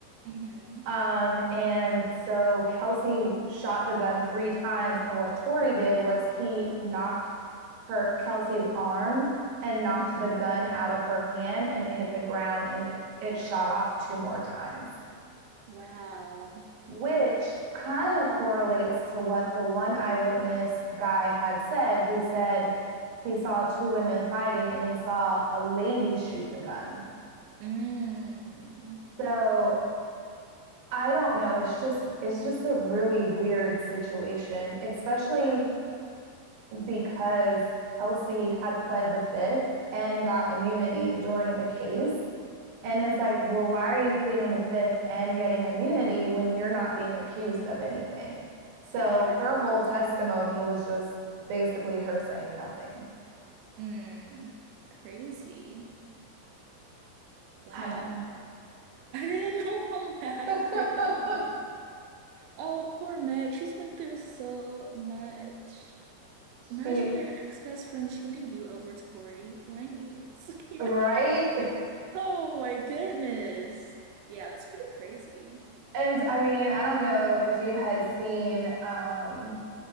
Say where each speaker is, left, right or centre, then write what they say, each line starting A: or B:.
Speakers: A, on the right; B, on the right.
A: Mm-hmm.
B: Um, and so Kelsey shot the gun three times. And what Tori did was he knocked her Kelsey's arm and knocked
A: hmm
B: the gun out of her hand and it hit the ground and it, it shot off two more times,
A: Wow.
B: which kind of correlates to what the one eyewitness guy had said. He said he saw two women fighting and he saw a lady shoot the gun.
A: Mm.
B: So I don't know. It's just it's just a really weird situation, especially because Kelsey had pled the fifth and got immunity during the case. And
A: Mm-hmm.
B: it's like, well, why are you pleading the fifth and getting immunity when you're not being accused of anything? So
A: Right.
B: her whole testimony was just basically her saying nothing.
A: Mm. Crazy. Wow.
B: I don't know.
A: <laughs> I didn't know all that.
B: <laughs>
A: <laughs> Crazy. Oh, poor Meg. She's been through so much. Imagine
B: she,
A: your ex-best friend shooting you over Tory Lanez. <laughs> You
B: right?
A: know? Oh my goodness. Yeah, that's pretty crazy.
B: <laughs> and I mean, I don't know if you had seen um,